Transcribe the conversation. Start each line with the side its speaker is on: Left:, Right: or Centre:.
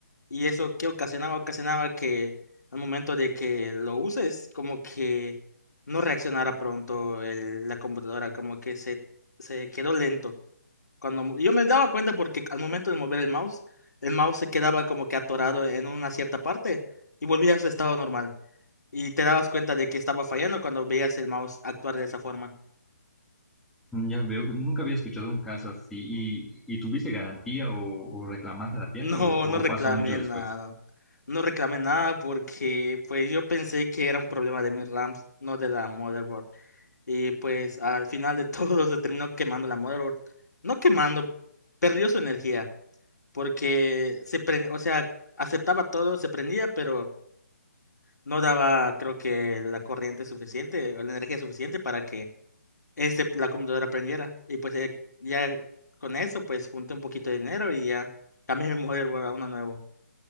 Left: Y eso que ocasionaba, ocasionaba que al momento de que lo uses, como que no reaccionara pronto el- la computadora, como que se, se quedó lento. Cuando mo- yo me daba cuenta porque al momento de mover el mouse, el mouse se quedaba como que atorado en una cierta parte y volvía a su estado normal. Y te dabas cuenta de que estaba fallando cuando veías el mouse actuar de esa forma.
Centre: Mm, Ya veo, nunca había escuchado un caso así y, y ¿tuviste garantía o, o reclamaste a la tienda
Left: No,
Centre: o, o
Left: no reclamé
Centre: pasó mucho después?
Left: nada. No reclamé nada porque pues yo pensé que era un problema de mi RAM, no de la motherboard. Y pues al final de todo <laughs> se terminó quemando la motherboard. No quemando, perdió su energía porque se pre- o sea, aceptaba todo, se prendía, pero no daba, creo que la corriente suficiente o la energía suficiente para que este, la computadora prendiera. Y pues eh, ya con eso pues junté un poquito de dinero y ya cambié mi motherboard a uno nuevo.